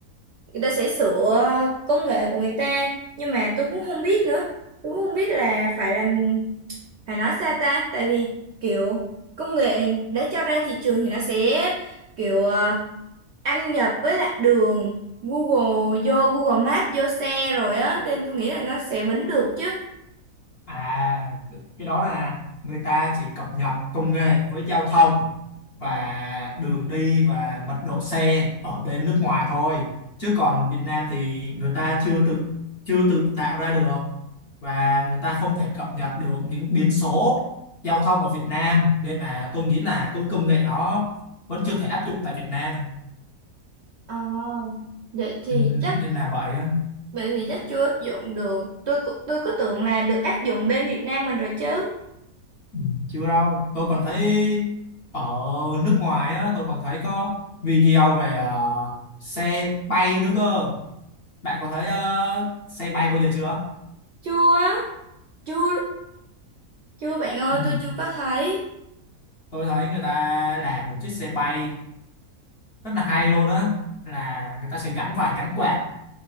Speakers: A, on the right (about 65°); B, on the left (about 50°).
A: người ta sẽ sửa công nghệ của người ta nhưng mà tôi cũng không biết nữa tôi cũng không biết là phải làm phải nói sao ta tại vì kiểu công nghệ đã cho ra thị trường thì nó sẽ kiểu ờ, ăn nhập với lại đường Google vô Google Maps vô xe rồi á nên tôi nghĩ là nó sẽ bính được chứ
B: À, cái đó là người ta chỉ cập nhật công nghệ với giao thông và đường đi và mật độ xe ở bên nước ngoài thôi. Chứ còn Việt Nam thì người ta chưa tự chưa tự tạo ra được và người ta không thể cập nhật được những biến số giao thông ở Việt Nam nên là tôi nghĩ là cái công nghệ đó vẫn chưa thể áp dụng tại Việt Nam.
A: ờ, vậy thì
B: Ừ,
A: chắc
B: nên là vậy.
A: vậy thì chắc chưa áp dụng được tôi cứ- tôi cứ tưởng là được áp dụng bên Việt Nam mình rồi chứ
B: Ừ, chưa đâu tôi còn thấy ở nước ngoài á tôi còn thấy có video về ờ, xe bay nữa cơ bạn có thấy ờ, xe bay bao giờ chưa
A: chưa chưa chưa bạn ơi
B: ừ,
A: tôi chưa có thấy
B: tôi thấy người ta làm một chiếc xe bay rất là hay luôn á là người ta sẽ gắn phải cánh quạt